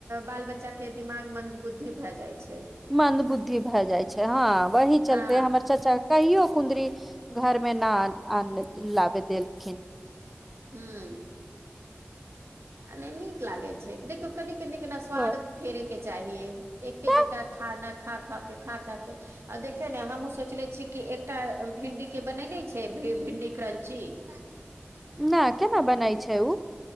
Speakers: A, on the right (about 85°); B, in the centre.
A: बाल बच्चा के दिमाग मन्दबुद्धि भए जाइत छै।
B: मन्दबुद्धि भए जाय छै हँ वही चलते
A: हँ
B: हमर चाचा कहियो कुदरी घर मे न आन लाबे देलखिन।
A: हुं आ नहि नीक लागे छै देखियो कनि कनि के ना स्वाद
B: ह
A: फेरै के चाही एके
B: तऽ
A: जकां खाना खा खा के खा खा के आ देखियौ ने हमहूँ सोचले छियै कि एकटा भिन्डी के बनेने छै भिन्डी क्रंची हां।
B: ना, केना बनै छै ओ